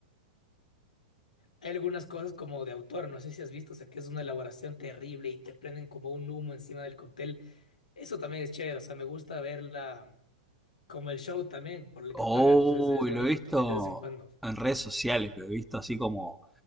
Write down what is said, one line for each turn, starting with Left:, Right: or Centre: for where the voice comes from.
Left: Hay algunas cosas como de autor, no sé si has visto, o sea, que es una elaboración terrible y te prenden como un humo encima del cóctel. Eso también es chévere, o sea, me gusta verla como el show también, por el
Centre: Oh,
Left: que pagas, o sea, es, es bonito
Centre: lo he visto
Left: también de vez en cuando.
Centre: en redes sociales, lo he visto así como